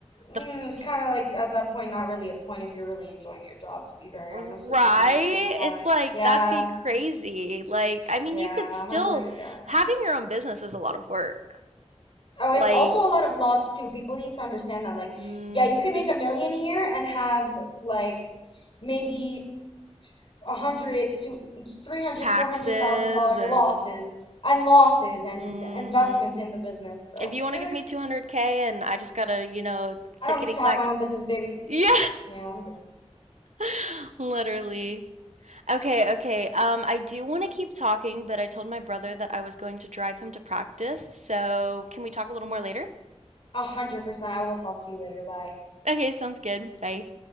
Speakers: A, on the left; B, on the right.
A: Mm,
B: the f-
A: it's
B: y-
A: kind of like at that point, not really a point if you're really enjoying your job, to be very
B: Right?
A: honest with you. I'm not gonna lie.
B: It's like
A: Yeah,
B: that'd be crazy. Like, I mean,
A: yeah,
B: you could still
A: 100, yeah.
B: having your own business is a lot of work.
A: Oh,
B: Like,
A: it's also a lot of loss too. People need to understand that. Like,
B: hmm
A: yeah, you can make a million a year and have like maybe a hundred to three hundred,
B: taxes
A: four hundred thousand dollar
B: and
A: losses and losses and
B: hmm
A: investments in the business. So,
B: If you want
A: eh,
B: to give me 200k and I just gotta, you know,
A: I
B: clickety
A: don't need to
B: clacks.
A: have my own business, baby.
B: Yeah,
A: Yeah,
B: <laughs> literally. Okay, okay. Um, I do want to keep talking, but I told my brother that I was going to drive him to practice. So, can we talk a little more later?
A: a hundred percent. I will talk to you later. Bye.
B: Okay, sounds good. Bye.